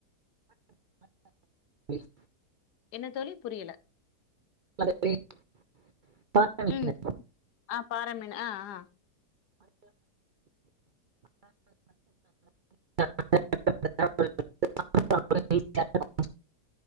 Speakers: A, on the right; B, on the left.
A: ப்ளீஸ்
B: என்ன தோழி புரியல
A: <inaudible>
B: ம் ஆ பாற மீன் ஆ ஆ
A: <inaudible>